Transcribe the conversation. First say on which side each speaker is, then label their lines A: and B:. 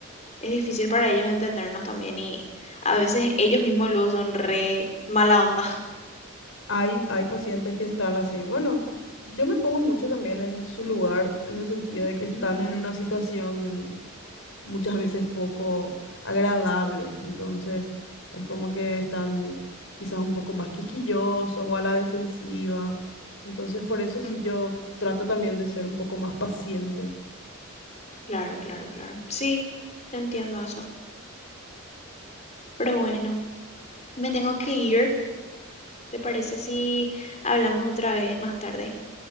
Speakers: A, on the left; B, on the left.
A: Es difícil para ellos entendernos también y a veces ellos mismos luego son re mala onda.
B: Hay, hay pacientes que están así. Bueno, yo me pongo mucho también en su lugar, en el sentido de que están
A: <laughs>
B: en una situación muchas veces poco agradable. Entonces, es como que están quizás un poco más quisquillosos o a la defensiva. Entonces, por eso sí
A: Ujú,
B: yo trato también de ser un poco más paciente.
A: Claro, claro, claro. Sí, te entiendo eso. Pero bueno, me tengo que ir. ¿Te parece si hablamos otra vez más tarde?